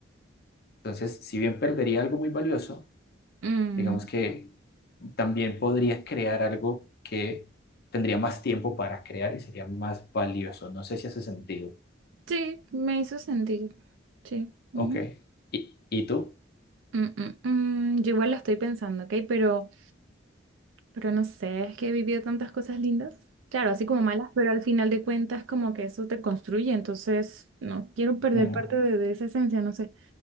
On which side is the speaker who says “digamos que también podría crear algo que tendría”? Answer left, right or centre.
Left